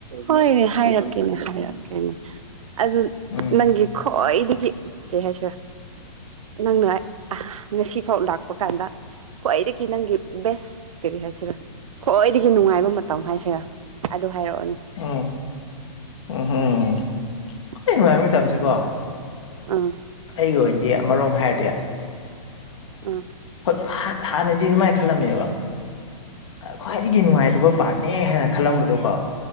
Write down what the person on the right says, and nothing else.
ꯍꯣꯏꯅꯦ ꯍꯥꯏꯔꯛꯀꯦꯅꯦ ꯍꯥꯏꯔꯛꯀꯦꯅꯦ ꯑꯗꯨ
ꯅꯪꯒꯤ ꯈꯣꯏꯗꯤꯗꯒꯤ ꯀꯦ ꯍꯥꯏꯁ꯭ꯔ ꯅꯪꯅ ꯉꯁꯤꯐꯥꯎ ꯂꯥꯛꯄ ꯀꯥꯟꯗ ꯈ꯭ꯋꯥꯏꯗꯒꯤ ꯅꯪꯒꯤ ꯕꯦꯁ ꯀꯔꯤ ꯍꯥꯏꯁꯤꯔꯥ ꯈ꯭ꯋꯥꯏꯗꯒꯤ ꯅꯨꯡꯉꯥꯏꯕ ꯃꯇꯝ ꯍꯥꯏꯁꯤꯔꯥ ꯑꯗꯨ ꯍꯥꯏꯔꯛꯑꯣꯅꯦ
<inaudible>
ꯑꯥ
ꯎꯝ